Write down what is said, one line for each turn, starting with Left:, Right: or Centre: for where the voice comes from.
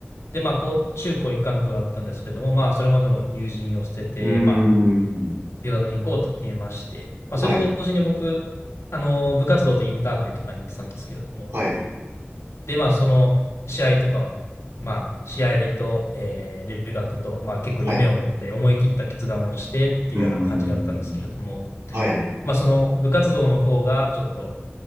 Left: で、まあ、こう、中高一貫校だったんですけれども、まあ、それまでの友人を捨てて、
Right: うん。
Left: まあ、留学に行こうと決めまして、まあ、
Right: はい。
Left: それと同時に僕、あの、部活動でインターハイとかに行ってたんですけれども、
Right: はい。
Left: で、まあ、その試合とかは、まあ、試合と、えー留学と、まあ、結構夢を持って思い切った決断をしてっていうような感じだったんですけれども、
Right: はい。うん。はい。
Left: まあ、その部活動の方がちょっと